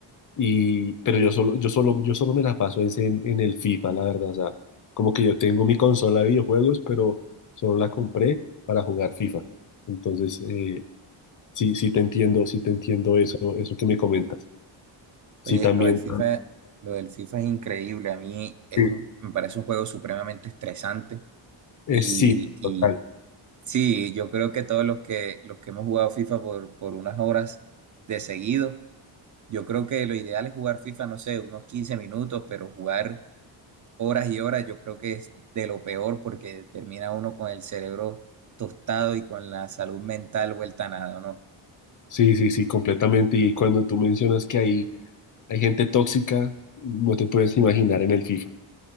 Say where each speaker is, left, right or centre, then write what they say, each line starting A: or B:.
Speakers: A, on the left (about 45°); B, on the right (about 45°).
A: Y, pero yo solo, yo solo, yo solo me la paso es en, en el FIFA, la verdad. O sea, como que yo tengo mi consola de videojuegos, pero solo la compré para jugar FIFA. Entonces, eh, sí, sí te entiendo, sí te entiendo eso, eso que me comentas. Sí,
B: Oye,
A: también.
B: lo del FIFA, lo del FIFA es increíble. A mí es
A: Sí,
B: un- me parece un juego supremamente estresante.
A: es
B: Y,
A: sí,
B: y
A: total.
B: sí, yo creo que todos los que, los que hemos jugado FIFA por, por unas horas de seguido, yo creo que lo ideal es jugar FIFA, no sé, unos 15 minutos, pero jugar horas y horas, yo creo que es de lo peor porque termina uno con el cerebro tostado y con la salud mental vuelta a nada, ¿no?
A: Sí, sí, sí, completamente. Y cuando tú mencionas que hay Hay gente tóxica, no te puedes imaginar en el FIFA.